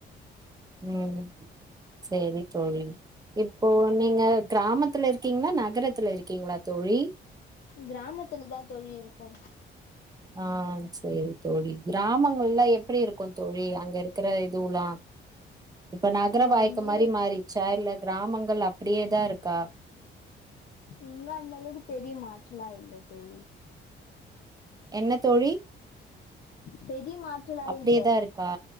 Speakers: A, on the right; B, on the left.
A: ம் சேரி தோழி இப்போ நீங்க க்ராமத்துல இருக்கீங்ளா நகரத்துல இருக்கீங்ளா தோழி
B: க்ராமத்துல தா தோழி இருக்கு
A: ஆ சேரி தோழி கிராமங்கள்ல எப்புடி இருக்கு தோழி அங்க இருக்குற இதுவுலா இப்ப நக்ர
B: இங்க
A: வாய்க்க
B: வந்து
A: மாரி மாறிச்சா இல்ல ராமங்கள் அப்புடியேதா இருக்கா
B: இங்க அந்த அளவுக்கு பெரிய மாற்றலா இல்ல தோழி
A: என்ன தோழி
B: பெ ய மாற்றலா
A: அப்டியேதா
B: இல்ல
A: இருக்கா